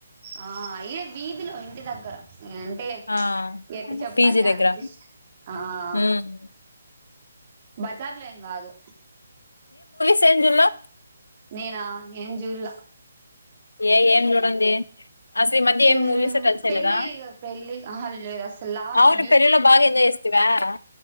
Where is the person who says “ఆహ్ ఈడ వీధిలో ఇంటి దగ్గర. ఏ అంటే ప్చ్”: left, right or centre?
Right